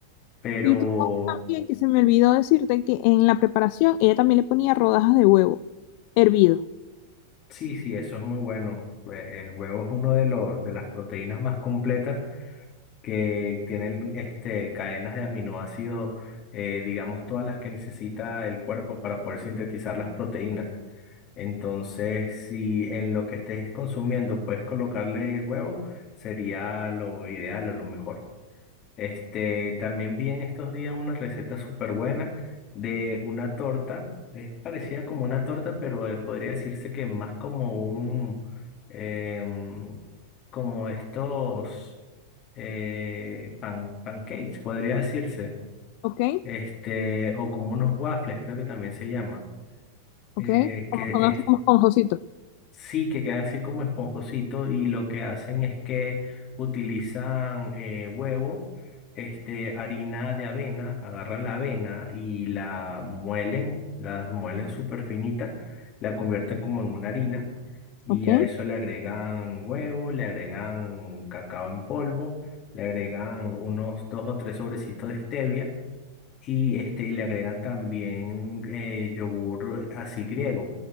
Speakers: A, on the left (about 40°); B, on the left (about 55°).
A: Pero
B: Y tú sabes también que se me olvidó decirte que en la preparación ella también le ponía rodajas de huevo hervido.
A: Sí, sí, eso es muy bueno. Eh, El huevo es uno de los de las proteínas más completas que tienen este cadenas de aminoácidos, eh, digamos todas las que necesita el cuerpo para poder sintetizar las proteínas. Entonces, si en lo que estés consumiendo puedes colocarle huevo, sería lo ideal o lo mejor. Este, también vi en estos días una receta súper buena de una torta. Es parecida como una torta, pero eh, podría decirse que más como un, em, como estos eh, pan- pancakes, podría decirse.
B: ¿Ok?
A: Este, o como unos waffles, creo que también se llaman.
B: ¿Ok?
A: eh,
B: Como
A: que
B: con como esponjosito.
A: Sí, que queda así como esponjosito y lo que hacen es que utilizan eh, huevo, este, harina de avena, agarran la avena y la muelen, la muelen súper finita, la convierten como en una harina y
B: ¿Ok?
A: a eso le agregan huevo, le agregan cacao en polvo, le agregan unos dos o tres sobrecitos de stevia y este y le agregan también eh, yogur así griego